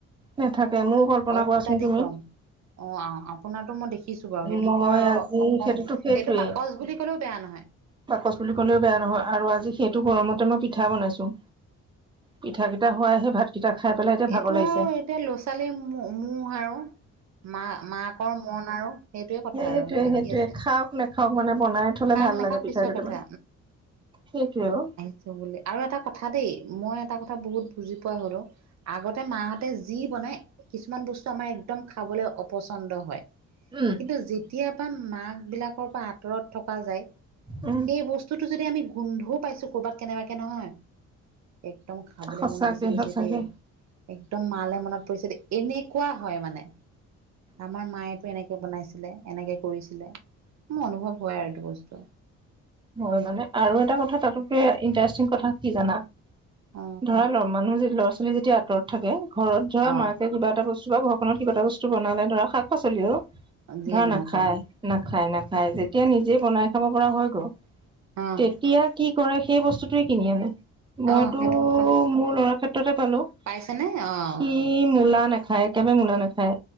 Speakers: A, on the right; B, on the right.
A: নেথাকে মোৰো কল্পনা
B: অত্যাধিক
A: কৰাচোন তুমি।
B: গৰম অ আপোনাৰতো মই দেখিছো বাৰু সেইটোতো
A: মই
B: আৰু
A: আজি
B: অসম্ভব
A: সেইটোতো
B: সেইটো
A: সেইটোৱে
B: বাকচ বুলি কলেও বেয়া নহয়।
A: বাকচ বুলি ক'লেও বেয়া নহয় আৰু আজি সেইটো গৰমতে মই পিঠা বনাইছো। পিঠা কেইটা হোৱাইহে ভাত কেইটা খাই পেলাই এতিয়া ভাগৰ
B: এইটো
A: লাগিছে
B: আৰু এতিয়া ল'ৰা-ছোৱালীৰ ম-মোহ আৰু মা-মাকৰ মন আৰু। সেইটোৱে কথা
A: সেইটোৱে
B: আৰু বেলেগ
A: সেইটোৱে,
B: কি আছে
A: খাওঁক নেখাওঁক মানে বনাই থলে
B: খাক
A: ভাল
B: নাখাওক
A: লাগে পিঠা
B: পিছৰ
A: কেইটামান,
B: কথা
A: সেইটোৱে অ।
B: কৈছে বুলি, আৰু এটা কথা দেই মই এটা কথা বহুত বুজি পোৱা হ'লোঁ। আগতে মাহঁতে যি বনাই কিছুমান বস্তু আমাৰ একদম খাবলৈ অপচন্দ হয়।
A: উম
B: কিন্তু যেতিয়া পা মাক বিলাকৰ পৰা আঁতৰত থকা যায়,
A: উম
B: সেই ব স্তুটোতো যদি আমি গোন্ধও পাইছো ক'ৰবাত কেনেবাকে নহয়, একদম খাবলৈ
A: সঁচাকে
B: মন গুচি গৈছে
A: সঁচাকে
B: দেই। একদম মালে মনত পৰিছে দেই, এনেকুৱা হয় মানে আমাৰ মায়েটো এনেকে বনাই ছিলে এনেকে কৰিছিলে, মোৰ অনুভৱ হয় আৰু এইটো বস্তু।
A: হয় মানে আৰু এটা কথা তাতোকে ইণ্টাৰেষ্টিং কথা কি জানা?
B: অ
A: ধৰা ল মানুহ যে ল'ৰা ছোৱালী যেতিয়া আঁতৰত থাকে, ঘৰত ধৰা
B: অ
A: মাকে কিবা এটা ব স্তু চোৱা ঘৰখনত কিবা এটা বস্তুনালে ধৰা শাক পাচলি আৰু,
B: যিয়ে
A: ধৰা
B: নহওক
A: নাখায়
B: অ
A: নাখায় নাখায়, যেতিয়া নিজে বনাই খাব পৰা হৈ গ'ল
B: অ'।
A: তেতিয়া কি কৰে, সেই বস্তুটোৱে কিনি আনে। মইতো
B: অ সেইটো সঁচা কথা
A: মোৰ লৰা ক্ষেত্ৰতে পালো।
B: পাইছেনে অঁ।
A: সি মূলা নাখায়, একেবাৰে মূলা নাখা খায়,